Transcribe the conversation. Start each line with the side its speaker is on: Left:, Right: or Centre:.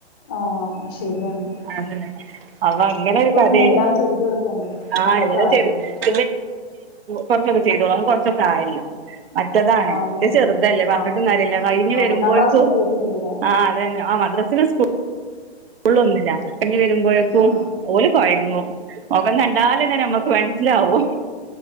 Left: ആ ശരിയാണ്
Right: അതന്നെ അത് അങ്ങനെ
Left: ഒപ്പം
Right: ഒരു കഥയാണ്.
Left: നിന്ന് എല്ലാം ചെയ്ത് കൊടുക്കണ്ടേ
Right: ആഹ്
Left: ആ
Right: എല്ലാം
Left: പ്രായല്ലേ
Right: ചെയ്ത് <unintelligible> <unintelligible> കുറച്ചൊക്കെ ചെയ്തോളും അവൻ കൊറച്ചൊക്കെ ആയതല്ലേ മറ്റതാണ്
Left: ആ മൂത്തല്ലേ
Right: ചെറുതല്ലേ <unintelligible>
Left: ആ
Right: ഞ്ഞിട്ടും കാര്യല്ല കഴിഞ്ഞു
Left: ആ
Right: വരുമ്പോഴേക്കും
Left: ഒന്നാം ക്ലാസ്സിൽ എത്തിയിട്ടുള്ളൂ അല്ലേ
Right: ആഹ് അതന്നെ ആഹ് മദ്രസേല് സ്കൂ ള് ഒന്നിലാ കയിഞ്ഞു വരുമ്പോഴേക്കും
Left: ആ
Right: ഓല് കൊഴങ്ങും. മുഖം കണ്ടാലന്നെ നമ്മക്ക് മനസ്സിലാവും